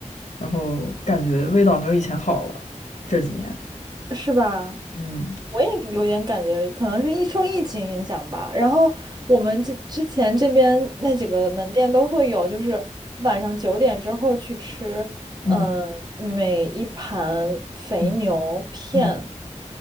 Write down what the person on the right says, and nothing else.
是吧？
我也有点感觉，可能是疫受疫情影响吧。然后我们这之前这边那几个门店都会有，就是晚上九点之后去吃，嗯、
每一盘肥牛片